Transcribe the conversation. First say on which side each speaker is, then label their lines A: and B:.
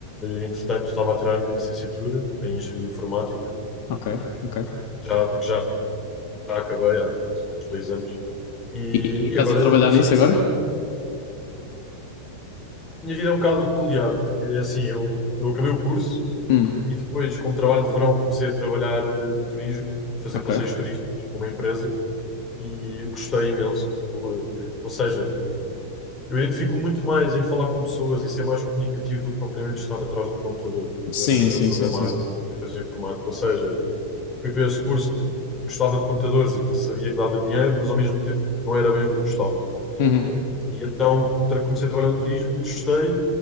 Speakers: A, on the left; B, on the left.
A: entretanto estava a tirar a minha licenciatura em Engenharia Informática,
B: ok, ok.
A: já, que já acabei há mais ou menos dois anos, e,
B: E, e estás
A: e agora
B: a trabalhar
A: ingressei
B: nisso
A: no
B: agora?
A: mundo do trabalho. Minha vida é um bocado peculiar, porque é assim, eu, eu acabei o curso
B: Hum,
A: e depois, como trabalho de verão, comecei a trabalhar eh, no turismo, a fazer
B: ok.
A: passeios turísticos para uma empresa, e eu gostei imenso, porque eu- eu- ou seja, eu identifico muito mais em falar com pessoas e ser mais comunicativo do que propriamente estar atrás de um computador
B: Sim, sim,
A: a, a programar,
B: sim, sim, sim.
A: a fazer coisas informáticas. Ou seja, Fui para esse curso porque gostava de computadores e porque sabia que dava dinheiro, mas ao mesmo tempo não era bem o que eu gostava.
B: Uhum,
A: E então tra- comecei a trabalhar no turismo, gostei